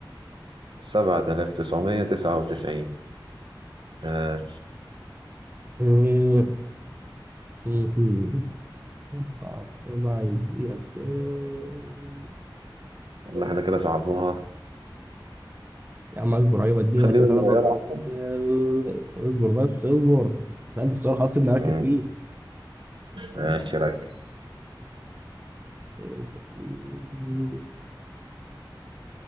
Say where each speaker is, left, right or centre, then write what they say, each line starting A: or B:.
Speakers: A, on the right (about 75°); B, on the right (about 25°).
A: سبعة آلاف تسعمية تسعة وتسعين آه.
B: مم. مم. أربعة في سبعة يدينا كام؟
A: والله إحنا كده صعبناها
B: يا عم اصبر هجيب اديني
A: خلينا
B: وقتي بس
A: نغيرها
B: انا بفكر
A: أحسن
B: إيه، اصبر بس اصبر لا ده السؤال خلاص اللي اركز
A: مم،
B: فيه
A: ماشي ركز
B: مم.